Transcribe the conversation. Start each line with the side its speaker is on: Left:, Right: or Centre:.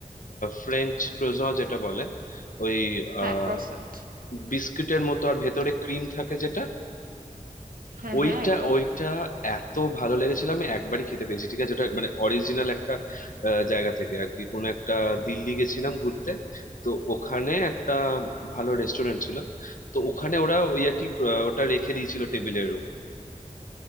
Left: ফ্রেঞ্চ ক্রোজন যেটা বলে ওই
Right: হ্যাঁ
Left: আহ
Right: ক্রসেন্ট
Left: বিস্কুটের মতো আর ভেতরে ক্রিম থাকে যেটা
Right: হ্যাঁ
Left: ওইটা
Right: হ্যাঁ একদম
Left: ওইটা এত ভালো লেগেছিল আমি একবারই খেতে পেয়েছি ঠিক আছে ওটা মানে অরিজিনাল একটা আহ, জায়গা থেকে আর কি কোনো একটা দিল্লি গেছিলাম ঘুরতে তো ওখানে একটা ভালো রেস্টুরেন্ট ছিল তো ওখানে ওরা ওই আর কি আহ, ওটা রেখে দিয়েছিল টেবিলের উপর